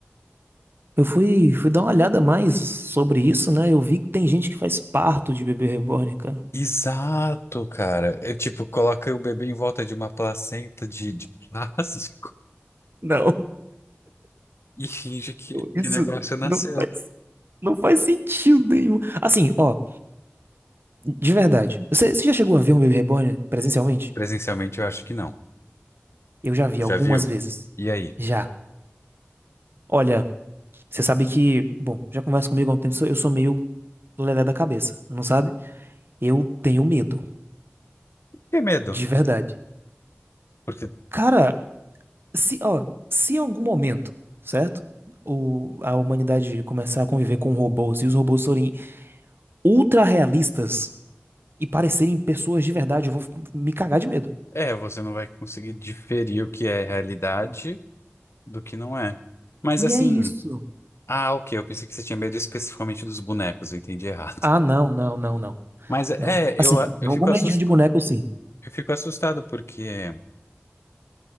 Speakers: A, on the right (about 60°); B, on the left (about 80°).
A: Eu fui, fui dar uma olhada mais sobre isso, né? Eu vi que tem gente que faz parto de bebê reborn, cara.
B: Exato, cara. É tipo, coloca o bebê em volta de uma placenta de, de plástico
A: Não,
B: <laughs> e finge que, que
A: isso
B: o negócio nasceu.
A: não faz, não faz sentido nenhum. Assim, ó, de verdade. Você, você já chegou a ver um Baby Reborn presencialmente?
B: Presencialmente eu acho que não.
A: Eu já vi
B: Já
A: algumas
B: viu?
A: vezes.
B: E aí?
A: Já. Olha, você sabe que, bom, já conversa comigo há um tempo, sou- eu sou meio lelé da cabeça, não sabe? Eu tenho medo,
B: Que medo.
A: de verdade.
B: Porque,
A: Cara, se, ó, se em algum momento, certo? O, a humanidade começar a conviver com robôs e os robôs forem ultra realistas e parecerem pessoas de verdade, eu vou f- me cagar de medo.
B: é, você não vai conseguir diferir o que é realidade do que não é. Mas
A: E
B: assim.
A: é isso.
B: Ah, ok. Eu pensei que você tinha medo especificamente dos bonecos, eu entendi errado.
A: Ah, não, não, não, não,
B: <laughs> Mas é,
A: não. Assim,
B: eu,
A: tem
B: eu
A: algum
B: fico
A: medinho
B: assustado,
A: de boneco, sim.
B: eu fico assustado porque